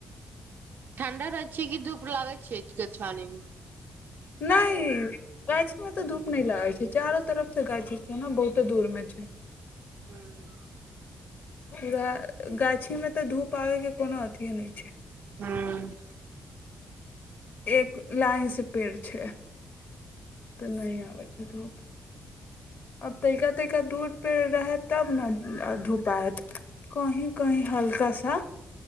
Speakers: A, on the right; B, on the left.
A: ठाढ़ रहय छै कि धूप लागत मे <unintelligible>
B: नै गाछी मे तऽ धूप न लागै छै चारो तरफ त गाछी छै न बहुते दूर मे मे छै
A: हँ
B: पूरा गाछी में तऽ धूप आबय के कोनो अथिये नहि छै
A: हुँ
B: एक लाइन सँ पेड़ छै तऽ नहि आबै छै धूप आब तइका तइका दूर पे रहय तब न धूप आएत कही कही हल्का सा